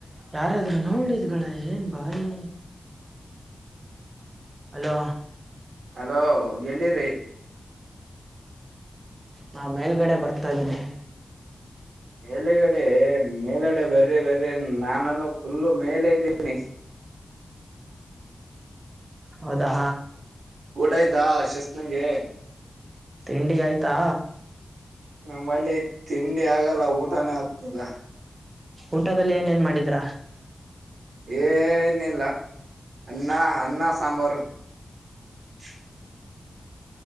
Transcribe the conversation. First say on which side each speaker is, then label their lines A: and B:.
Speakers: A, on the right (about 30°); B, on the right (about 75°).
A: ಯಾರಾದ್ರರು ನೋಡಿದ ಗಳ ಏನ್ ಬಾಯಿ ಅಲೋ
B: ಅಲೋ ಎಲ್ಲಿಿ್ರರಿ
A: ನಾ ಮೇಲ್ಗಡೆ ಬರ್ತಾ ಇದನಿ
B: ಮೇಲೆಗಡೆ ಮೇಲಗಡೆ ಬರ್ರಿ ಬರ್ರರಿ ನಾನನು ಫುಲ್ಲು ಮೇಲೆ ಇದ್ದೀನಿ
A: ಹೌದಾ
B: ಊಟ ಆಯ್ತಾ ಶಸ್ನಗೆ
A: ತಿಂಡಿ ಆಯ್ತಾ
B: ನಮ್ಮಲ್ಲಿ ತಿಂಡಿ ಆಗಲ್ಲ ಊಟನೇ ಆಗ್ತದ
A: ಊಟದಲ್ಲಿ ಏನೇನ್ ಮಾಡಿದ್ರ
B: ಏನಿಲ್ಲ ಅನ್ನ ಅನ್ನ ಸಾಂಬಾರು <unintelligible>